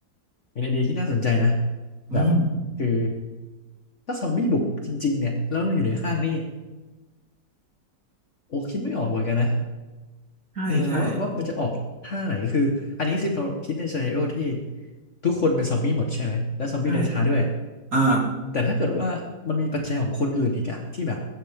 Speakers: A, on the left; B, on the right.
A: เป็นไอเดียที่น่าสนใจนะ
B: อืม
A: แบบคือถ้าซอมบี้บุกจริงๆเนี่ยแล้วเราอยู่ในห้างนี่โอ้คิดไม่ออกเหมือนกันนะ
B: ใช่ใช่
A: เออว่าว่ามันจะออกท่าไหนคืออันนี้คือเราคิดในซีนาริโอที่ทุกคนเป็นซอมบี้หมดใช่ไหมและซอมบี้เดินช้าด้วย
B: ใช่อ่า
A: แต่ถ้าเกิดว่ามันมีปัจจัยของคนอื่นอีกอะที่แบบ